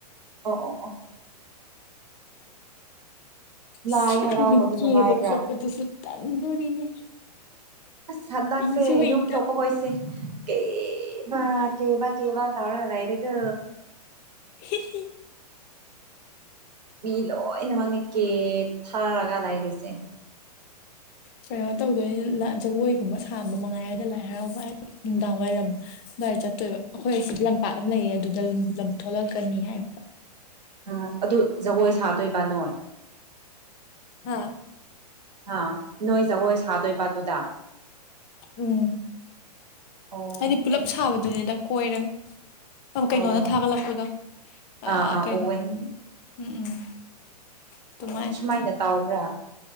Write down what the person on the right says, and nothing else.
ꯑꯣ ꯑꯣ ꯑꯣ
ꯂꯥꯏ
ꯍꯔꯥꯎꯕꯗꯨ
ꯅꯨꯡꯉꯥꯏꯕ꯭ꯔꯥ
ꯑꯁ ꯍꯟꯗꯛꯁꯦ
ꯌꯨꯝ ꯊꯣꯛꯄ ꯈꯣꯏꯁꯦ ꯀꯦꯕ ꯀꯦꯕ ꯀꯦꯕ ꯀꯦꯕ ꯇꯧꯔꯒ ꯂꯩꯔꯦꯀꯣ
ꯃꯤ ꯂꯣꯏꯅꯃꯛꯅꯦ ꯀꯦ ꯊꯔꯒ ꯂꯩꯔꯤꯁꯦ
ꯑꯣ ꯑꯗꯨ ꯖꯒꯣꯏ ꯁꯥꯗꯣꯏꯕ ꯅꯣꯏ
ꯍꯥ ꯅꯣꯏ ꯖꯒꯣꯏ ꯁꯥꯗꯣꯏꯕ ꯑꯗꯨꯗ
ꯑꯣ
ꯑꯣ
ꯑꯥ ꯑꯥ
ꯎꯋꯦ
ꯑꯣ ꯁꯨꯃꯥꯏꯅ ꯇꯧꯕ꯭ꯔꯥ